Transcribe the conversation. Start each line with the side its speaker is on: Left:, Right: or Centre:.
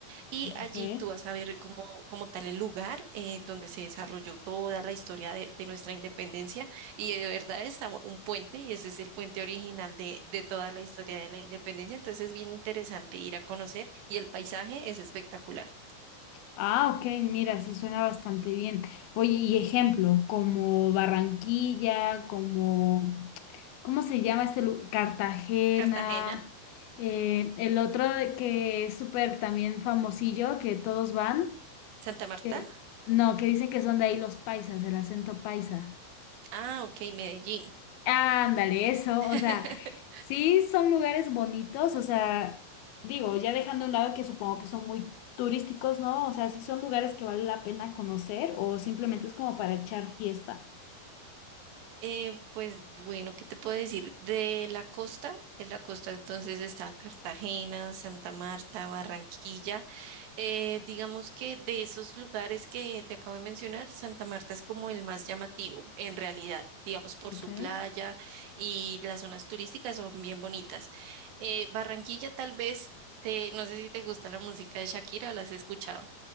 Right: Y
Left: ¿ok?
Right: allí tú vas a ver como, como tal el lugar eh, donde se desarrolló toda la historia de, de nuestra independencia. Y de verdad está un puente y ese es el puente original de, de toda la historia de la independencia. Entonces es bien interesante ir a conocer y el paisaje es espectacular.
Left: Ah, ok, mira, sí suena bastante bien. Oye, y ejemplo, como Barranquilla, como, ¿cómo se llama este lugar? Cartagena,
Right: Cartagena,
Left: eh, el otro de- que es súper también famosillo, que todos van,
Right: Santa Marta.
Left: que, no, que dicen que son de ahí los paisas, el acento paisa.
Right: Ah, ok, Medellín.
Left: Ándale, eso,
Right: <laughs>
Left: o sea, sí son lugares bonitos, o sea, digo, ya dejando a un lado que supongo que son muy turísticos, ¿no? O sea, sí son lugares que vale la pena conocer o simplemente es como para echar fiesta.
Right: Eh, pues bueno, ¿qué te puedo decir? De la costa, de la costa entonces está Cartagena, Santa Marta, Barranquilla. Eh, digamos que de esos lugares que te acabo de mencionar, Santa Marta es como el más llamativo, en realidad, digamos por
Left: Ok.
Right: su playa y las zonas turísticas son bien bonitas. Eh, Barranquilla tal vez, te, no sé si te gusta la música de Shakira o la has escuchado.